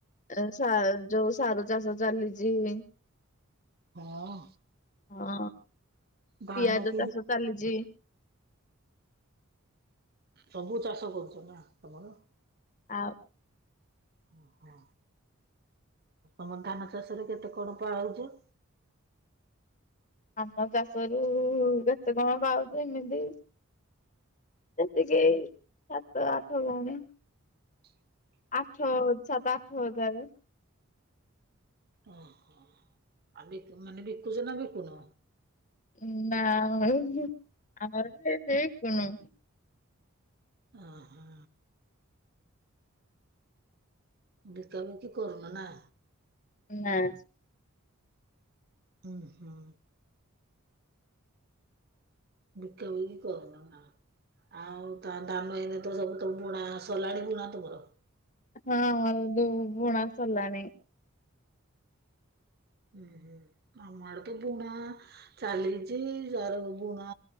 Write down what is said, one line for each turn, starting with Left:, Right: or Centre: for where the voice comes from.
Left: ଏ ସାର ଯୋଉ ସାରୁ ଚାଷ ଚାଲିଚି।
Right: ହଁ।
Left: ହଁ ଅଁ
Right: ଧାନ
Left: ପିଆଜ
Right: କେମିତି
Left: ଚାଷ ଚାଲିଜି।
Right: ସବୁ ଚାଷ କରୁଛ ନା ତମର?
Left: ଆଉ
Right: ଓହୋ। ତମ ଧାନ ଚାଷରେ କେତେ କଣ ପାଉଚ?
Left: ଧାନ ଚାଷ ରୁ କେତେ କଣ ପାଉଛ ଏମିତି ସେତିକି ସାତ ଆଠ ଗଉଣି।
Right: <inaudible>
Left: ଆଠ ସାତ ଆଠ ହଜାର।
Right: ଓହୋ ଆଉ ବିକୁ ମାନେ ବିକୁଛ ନା ବିକୁନ।
Left: <unintelligible>
Right: ଓ ହୋ। ବିକାବିକି କରୁନ ନା।
Left: ନାଁ।
Right: ହୁଁ ହୁଁ। ବିକା ବିକି କରୁନା ନା। ଆଉ ତା ଧାନ ଏନ ତ ସବୁ ତ ବୁଣା ସଲାଣି ବୁଣା ତମର।
Left: ହଁ ହଁ ଯୋଉ ବୁଣା ସରଲାଣି।
Right: ହୁଁ ହୁଁ। ଆମ ଆଡେ ତ ବୁଣା ଚାଲିଛି। ସାର ବୁଣା